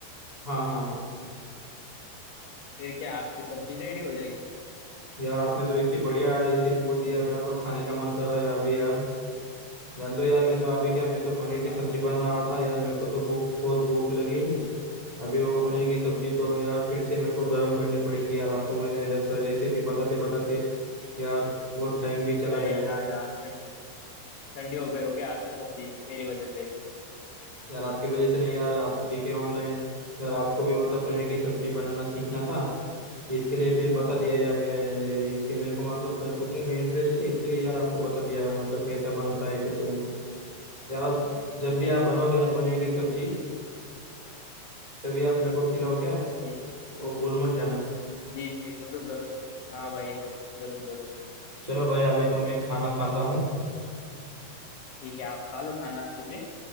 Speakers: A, on the right (about 20°); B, on the left (about 70°).
A: हाँ हाँ हाँ
B: फिर क्या आपकी सब्जी रेडी हो जाएगी
A: यार आपने तो इतनी बढ़िया रेसिपी बोल दी यार मेरा तो खाने का मन कर रहा है अभी यार जान दो यार मैं तो अभी क्या मैं तो पनीर
B: हाँ
A: की सब्जी बना रहा था यार मेरे को तो भूख बहुत भूख लगी है अभी वो पनीर की सब्जी तो यार फिर से मेरे को गर्म करनी पड़ेगी यार आपको मैंने रेस, रेसिपी बताते बताते यार बहुत टाइम भी चला
B: अरे
A: गया
B: हाँ यार ठंड- ठंडी हो गई होगी आपकी सब्जी मेरी वजह से
A: यार आपकी वजह से नहीं यार आप दिखे ऑनलाइन यार आपको भी मतलब पनीर की सब्जी बनाना सीखना था इसके लिए फिर बता दिया यार मेरे, मेरे भी इसके मेरे को मतलब कुकिंग में इंटरेस्ट है इसके लिए यार आपको बता दिया मतलब कैसा बनता है कुछ नहीं यार आप जब भी
B: अरे
A: आप बनाओगे
B: बहुत बहुत
A: ना
B: धन्यवाद
A: पनीर की सब्जी तभी आप मेरे को खिलाओ क्या
B: जी
A: वो भूल मत जाना
B: जी जी जरूर जरूर हाँ भाई जरूर जरूर जरूर
A: चलो भाई अभी तो मैं खाना खाता
B: चलो
A: हूँ
B: ठीक है आप खा लो खाना अच्छे से